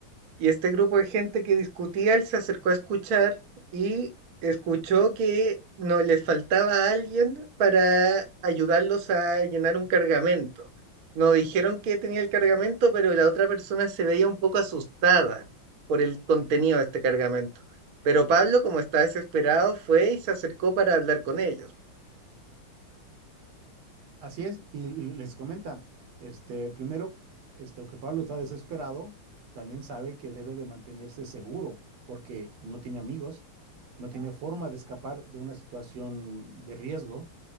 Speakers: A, on the right (about 55°); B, on the right (about 80°).
A: Y este grupo de gente que discutía, él se acercó a escuchar y escuchó que no les faltaba alguien para ayudarlos a llenar un cargamento. No dijeron que tenía el cargamento, pero la otra persona se veía un poco asustada por el contenido de este cargamento. Pero Pablo, como está desesperado, fue y se acercó para hablar con ellos.
B: Así es, y les comenta, este, primero, este, aunque Pablo está desesperado, también sabe que debe de mantenerse seguro, porque no tiene amigos, no tiene forma de escapar de una situación de riesgo.